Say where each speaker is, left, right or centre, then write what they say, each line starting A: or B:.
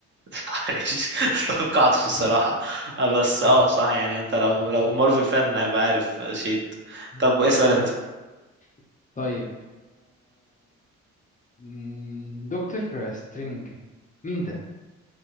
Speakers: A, on the right (about 40°); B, on the left (about 25°).
A: <laughs> عايش. توقعتش
B: مم.
A: الصراحة آه، بس
B: مم.
A: اه صح يعني انت لو لو مارفل فان هيبقى عارف شيلد
B: مم.
A: طب اسأل
B: بالظبط
A: انت
B: طيب مم، دكتور سترينج مين ده